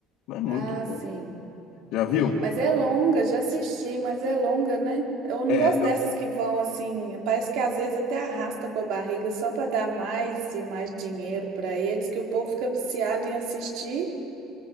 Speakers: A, on the left; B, on the right.
A: Mas é muito
B: Ah, sim.
A: bom. Já viu?
B: Mas é longa, já assisti, mas é longa, né? Eu não
A: É,
B: gosto dessas que vão assim, parece que às vezes até arrasta com a barriga só para dar mais e mais dinheiro para eles, que o povo fica viciado em assistir,